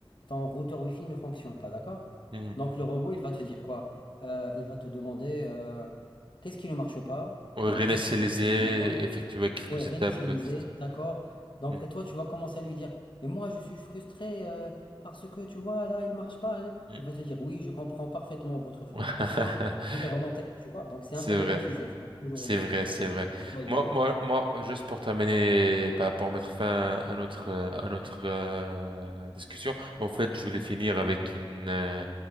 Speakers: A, on the left; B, on the right.
A: ton routeur Wi-Fi ne fonctionne pas, d'accord?
B: Mhm.
A: Donc, le robot, il va te dire quoi? Euh, il va te demander euh, qu'est-ce qui ne marche pas?
B: Réinitialiser,
A: Euh, est-ce que tu... D'accord?
B: effectuer quelques
A: Ouais, réinitialiser,
B: étapes, peut-être.
A: d'accord. Donc,
B: Hmm.
A: et toi, tu vas commencer à lui dire, mais moi, je suis frustré euh, parce que, tu vois, là, il marche pas. hein.
B: Hmm.
A: Il va te dire, oui, je comprends parfaitement votre frustration.
B: <laughs>
A: Je vais remonter, tu vois. Donc, c'est
B: C'est
A: un peu robotisé,
B: vrai.
A: c'est toujours
B: C'est
A: robotisé,
B: vrai, c'est
A: c'est
B: vrai.
A: c'est pas évident.
B: Moi, moi, moi, juste pour terminer, bah, pour mettre fin à notre, euh, à notre euh, discussion, en fait, je voulais finir avec une, euh,